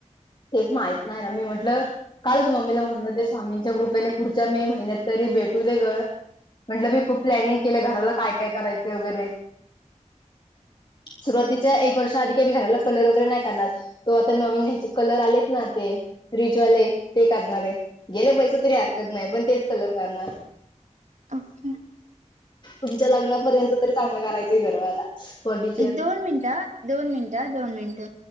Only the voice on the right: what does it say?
ओके
एक दोन मिनिटं, दोन मिनटं, दोन मिनटं.